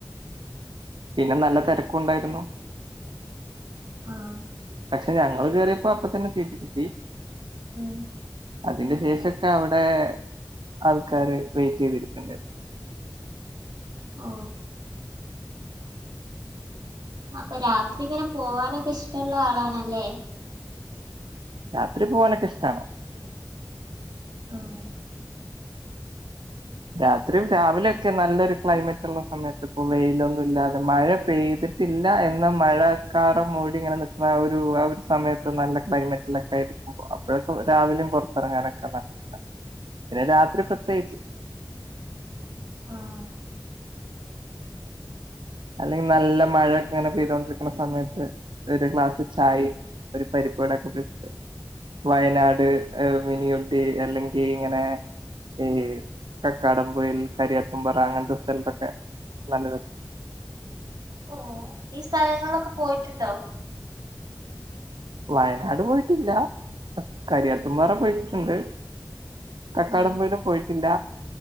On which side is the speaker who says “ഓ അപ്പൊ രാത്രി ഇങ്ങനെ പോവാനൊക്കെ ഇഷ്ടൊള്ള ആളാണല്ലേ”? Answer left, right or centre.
Right